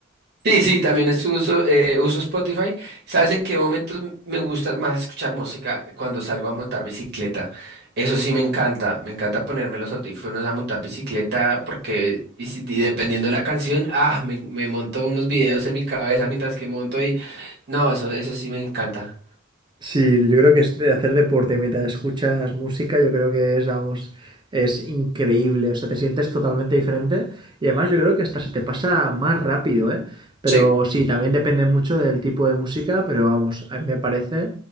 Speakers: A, on the right (about 55°); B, on the right (about 25°).
A: Sí, sí, también es uso, eh, uso Spotify. ¿Sabes en qué momentos me gusta más escuchar música? Cuando salgo a montar bicicleta. Eso sí me encanta. Me encanta ponerme los audífonos a montar bicicleta porque y si- y dependiendo de la canción, ah, me, me monto unos videos en mi cabeza mientras que monto y no, eso, eso sí me encanta.
B: Sí, yo creo que es de hacer deporte mientras escuchas música, yo creo que es, vamos, es increíble. O sea, te sientes totalmente diferente y además yo creo que hasta se te pasa más rápido, ¿eh? Pero
A: Sí.
B: sí, también depende mucho del tipo de música, pero vamos, a mí me parece